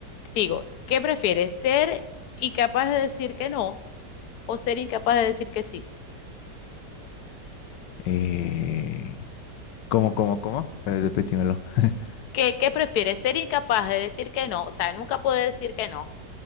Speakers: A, on the left; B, on the left.
A: sigo. ¿Qué prefieres? ¿Ser incapaz de decir que no o ser incapaz de decir que sí?
B: Eh, ¿cómo, cómo, cómo? Eh, Repítimelo. <laughs>
A: ¿Qué, qué prefieres? ¿Ser incapaz de decir que no? O sea, nunca poder decir que no